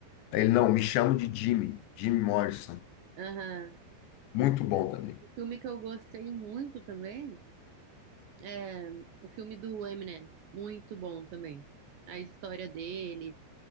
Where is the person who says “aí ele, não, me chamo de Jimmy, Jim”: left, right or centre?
Left